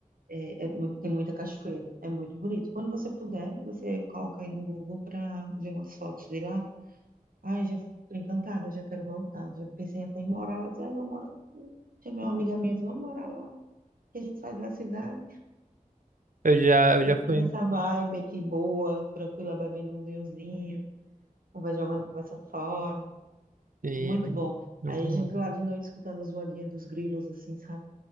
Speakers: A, on the right (about 80°); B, on the right (about 65°).
A: É, é muito- tem muita cachoeira, é muito bonito. Quando você puder, você coloca aí no Google pra ver umas fotos de lá. Ai, já tô encantada, já quero voltar. Já pensei até em morar lá, disse, ai, vou morar aqui. Chamei uma amiga minha, disse, vamos morar lá. Que a gente sai da cidade,
B: eu já, eu
A: fica
B: já fui.
A: aqui nessa vibe aqui boa, tranquila, bebendo um vinhozinho, vai jogando conversa fora.
B: Sim,
A: Muito
B: muito,
A: bom.
B: muito
A: Aí a
B: bom.
A: gente lá de noite escutando as voadinhas dos grilos, assim, sabe?